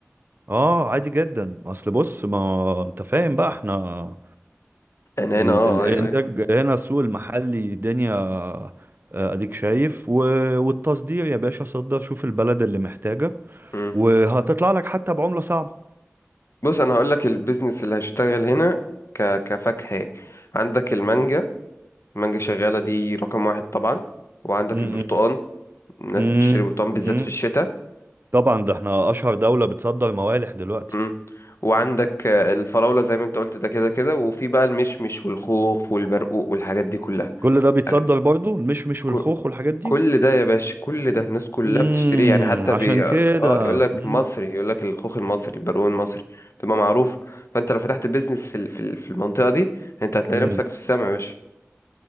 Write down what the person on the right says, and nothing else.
اه عادي جدا اصل بص ما انت فاهم بقى احنا
ال-
الانتاج
هنا السوق المحلي دنيا آه، اديك شايف و... والتصدير يا باشا صدر شوف البلد اللي محتاجة
وهتطلع لك حتى بعملة صعبة
م-
م- م-
م.
طبعا ده احنا اشهر دولة بتصدر موالح دلوقتي
كل ده بيتصدر
برضو المشمش والخوخ
والحاجات دي
امم
عشان
كده
مم.
مم.